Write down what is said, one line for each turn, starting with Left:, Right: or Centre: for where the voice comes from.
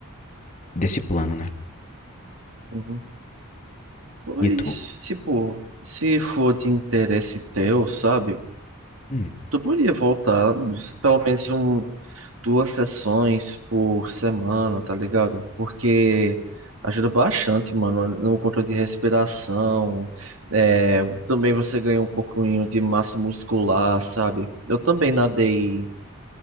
Left: desse plano, né?
Right: uhum. Pois,
Left: E tu?
Right: tipo, se for de interesse teu, sabe?
Left: Hum,
Right: Tu podia voltar pelo menos um, duas sessões por semana, tá ligado? Porque ajuda bastante, mano, no controle de respiração. É, também você ganha um pouquinho de massa muscular, sabe? Eu também nadei